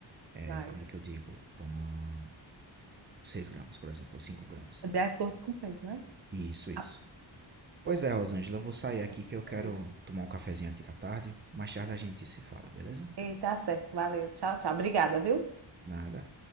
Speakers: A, on the right; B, on the right.
A: é,
B: Mas,
A: como é que eu digo? Toma 6 gramas, por exemplo, ou 5 gramas.
B: de acordo com o peso, né?
A: Isso, isso.
B: Ah, pronto.
A: Pois é, Rosângela, eu vou sair aqui
B: Vou
A: que
B: fazer
A: eu quero
B: isso.
A: tomar um cafezinho aqui da tarde. Mais tarde a gente se fala, beleza?
B: E tá certo. Valeu. Tchau, tchau. Obrigada, viu?
A: Nada.